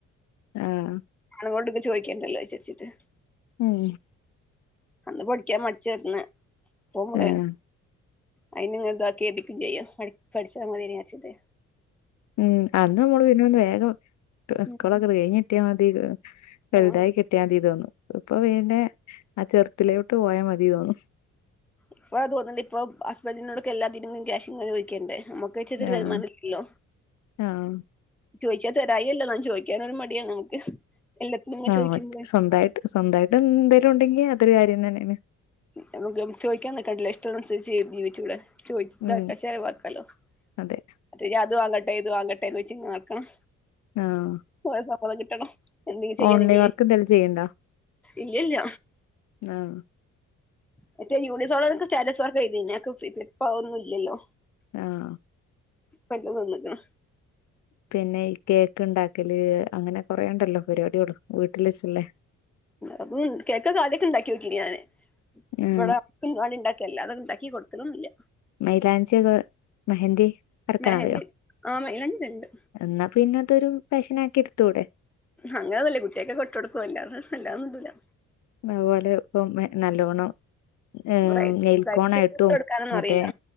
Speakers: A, on the left; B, in the centre.
A: ആഹ്
B: അതുകൊണ്ടൊക്കെ ചോയിക്കണ്ടല്ലോ വിചാരിച്ചിട്ട്
A: ഉം
B: അന്ന് പഠിക്കാൻ മടിച്ചിരിന്ന് ഇപ്പം -
A: ആഹ്
B: അയിന് ഇങ്ങനെ ഇതാക്കി എടുക്കും ചെയ്യും പ പഠിച്ചാൽ മതിയെന്ന് വിചാരിച്ചിട്ടേ
A: ഉം അന്ന് നമ്മള് പിന്നൊന്ന് വേഗം
B: ഉം
A: സ്കൂളൊക്കണ്ട് കെയ്ഞ്ഞിട്ട്യാ മതി വെൽതായി
B: ആഹ്
A: കിട്ട്യാതി തോന്നും ഇപ്പൊ പിന്നെ ആ ചെർതിലോട്ട് പോയാ മതി തോന്നും
B: ഇപ്പ അത് തോന്ന്ണ്ട് ഇപ്പം ഹസ്ബന്റിനോടൊക്കെ എല്ലാത്തിനും ക്യാഷ്ങ്ങനെ ചോയിക്കണ്ടെ ഞമ്മ ക്ക്ച്ച്ട്ട്
A: ആഹ്
B: വരുമാനല്യോ
A: ആഹ്
B: ചോയിച്ചാ തെരായല്ല ന്നാലും ചോയ്ക്കാനൊരു മടിയാണ് നമുക്ക് എല്ലാത്തിനും ഇങ്ങനെ
A: ആഹ്
B: ചോദിക്കുമ്പളേ
A: മ സ്വന്തായിട്ട് സ്വന്തായിട്ട് എന്തേലുണ്ടെങ്കി അതൊരു കാര്യം തെന്നെണ്
B: ഞമ്മക്ക് ചോയിക്കാനിക്കണ്ടല്ലൊ ഇഷ്ടള്ളനുസരിച്ച് ജീ ജീവിച്ചൂടെ ചോയ് <unintelligible>
A: ഉം
B: വാക്കാലോ <unintelligible>
A: അതെ
B: അത് വാങ്ങട്ടെ ഇത് വാങ്ങട്ടെ ന്ന് ച്ച് ങ്ങനെക്കണം
A: ആഹ്
B: ക്കോലെ സമ്മതം കിട്ടണം എന്തെങ്യും ചെയ്യണെങ്കില്
A: ഓൺലൈൻ വർക്ക് എന്തായാലും ചെയ്യണ്ടാ
B: ഇല്ലല്ല
A: ആഹ്
B: മറ്റേ യൂണി <unintelligible> സ്റ്റാറ്റസ് വർക്ക് ചെയ്തീനി അതൊക്കെ ഫ്രി പ്പ അതൊന്നുല്ലല്ലോ
A: ആഹ്
B: ഇപ്പെല്ലും നിന്ന്ക്ക്ണ്
A: പിന്നെ ഈ കേക്ക്ണ്ടാക്കല് അങ്ങനെ കൊറേണ്ടല്ലോ പരിപാടിയാള് വീട്ടില് വെച്ച്ള്ളെ
B: അത് കേക്കൊക്കെ ആദ്യയൊക്കെ ണ്ടാക്യോക്കീന് ഞാന്
A: ആഹ്
B: വടെ പ്പ് ന്റാടെണ്ടാക്കി അല്ലാതെ ണ്ടാക്കി കൊട്ക്കലൊന്നുല്ല
A: മൈലാഞ്ചിയൊക്കെ മെഹന്തി വരക്കാനറിയോ
B: മെഹന്തി ആ മൈലാഞ്ചി ഇടല്ണ്ട്
A: ന്നാപിന്നതൊരു ഫാഷനാക്കിടുത്തൂടെ
B: അങ്ങനൊന്നുല്ല കുട്ട്യാക്കൊക്കെ ഇട്ട് കൊടുക്കും അല്ലാതെ വെല്ലാതൊന്നുടൂല
A: അതുപോലെ ഇപ്പം എ നല്ലോണ്ണം ഏയ്‌
B: ബ്രൈ
A: നെയ്ൽ
B: ബ്രൈഡ്സിന്
A: കോണായിട്ടും
B: ഇട്ട് കൊടുക്കാനൊന്നും
A: മറ്റേ
B: അറിയില്ല